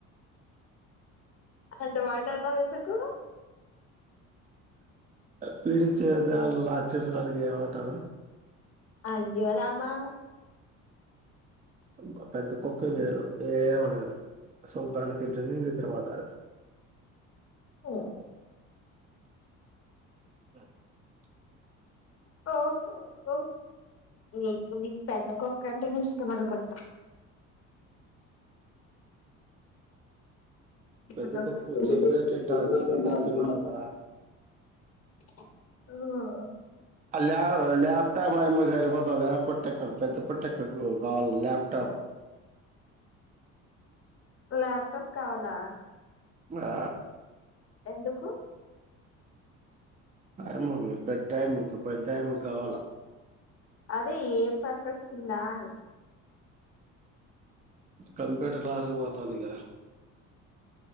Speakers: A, on the left; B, on the right.
A: అంత మాటన్నవెందుకు.
B: పీడిచ్చెవాళ్ళు రాక్షసులనక ఇంకెమంటారు.
A: అయ్యో రామా!
B: మా పెద్ద కొక్కే మేలు ఏమడగదు సుబ్బరంగా తింటది నిద్ర పోతారు
A: హ్మ్
B: <inaudible>
A: ఓహో ఓ నీకు నీ పెద్ద కుక్కంటేనే ఇష్టం అనుకుంట <inaudible>
B: పెద్ద కుక్క చెప్పినట్టు వింటాది చిన్న కుక్క వినదు కదా
A: అవ్వ
B: అల్ ల్యాప్టాప్ ఏమో సరిపోతాద పోట్టెక్కకు పెద్ద పోట్టెక్కకు కావాల ల్యాప్టాప్.
A: లాప్టాప్ కవలా
B: ఆ...
A: ఎందుకు
B: <unintelligible> పెద్దమకు ముకు పెద్దముకు కావాల.
A: అదే ఏ పర్పస్ కిందా అని
B: కంప్యూటర్ క్లాసు పోతంది కదా